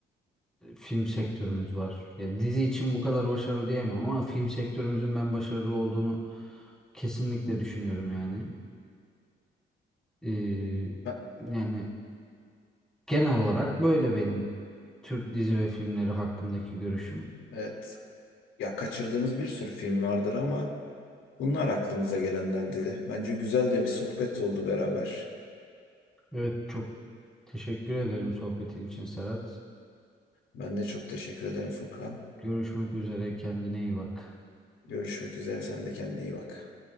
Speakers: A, in the centre; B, on the left.
A: film sektörümüz var. Ya dizi için bu kadar başarılı diyemem ama film sektörümüzün ben başarılı olduğunu kesinlikle düşünüyorum yani. Ee,
B: Ha,
A: yani genel olarak böyle benim Türk dizi ve filmleri hakkındaki görüşüm.
B: Evet. Ya kaçırdığımız bir sürü film vardır ama Bunlar aklımıza gelenlerdi. Bence güzel de bir sohbet oldu beraber.
A: Evet çok teşekkür ederim sohbetin için Serhat.
B: Ben de çok teşekkür ederim Furkan.
A: Görüşmek üzere kendine iyi bak.
B: Görüşmek üzere. Sen de kendine iyi bak.